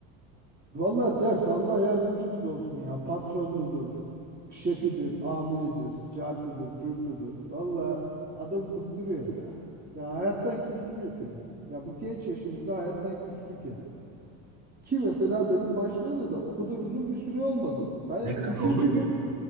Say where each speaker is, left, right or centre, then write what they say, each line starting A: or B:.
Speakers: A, on the right; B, on the right.
A: Valla dert Allah yardımcımız olsun ya. Patronudur, şefidir, amiridir, cartıdır, cürtüdür. Valla adam bıktırıyor ya. Ya hayattan küstürüyorsun ya. Ya bu genç yaşımızda hayattan küstük ya. Ki mesela benim başlayalı da o kadar uzun bir süre olmadı. Ben
B: Ne kadar
A: üçüncü
B: oldu?
A: gün